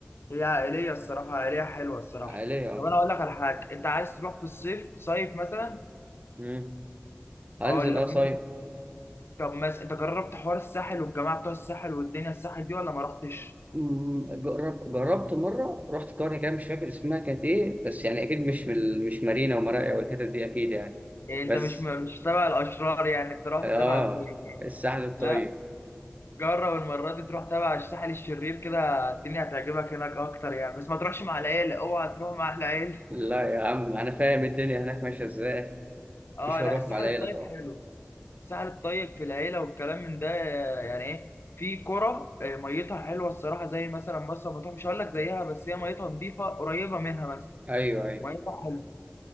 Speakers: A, on the left (about 75°); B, on the right (about 40°).
A: هي عائلية الصراحة عائلية حلوة الصراحة
B: عالية أه
A: طب أنا أقول لك على حاجة أنت عايز تروح في الصيف صيف مثلا
B: مم. هنزل
A: أقول
B: أه
A: لك
B: صيف
A: مين طب مثلا أنت جربت حوار الساحل والجماعة بتوع الساحل والدنيا الساحل دي ولا ما رحتش؟
B: مم، جرب جربت مرة رحت قرية كده مش فاكر اسمها كانت إيه بس يعني أكيد مش في ال- مش مارينا ومراقيا والحتت دي أكيد يعني
A: يعني أنت
B: بس
A: مش مش تبع الأشرار يعني أنت رحت
B: آه
A: تبع الطيبين
B: الساحل الطيب
A: لا جرب المرة دي تروح تبع الساحل الشرير كده الدنيا هتعجبك هناك أكتر يعني بس ما تروحش مع العيلة أوعى تروح مع أهل العيلة
B: لا يا عم أنا فاهم الدنيا هناك ماشية إزاي
A: أه
B: مش هروح
A: لا الساحل
B: مع العيلة
A: الطيب
B: طبعا
A: حلو الساحل الطيب في العيلة والكلام من ده يعني إيه في قرى آه، ميتها حلوة الصراحة زي مثلا مرسى مطروح مش هقول لك زيها بس هي ميتها نظيفة قريبة منها مثلا
B: أيوه أيوه
A: ميتها حلوة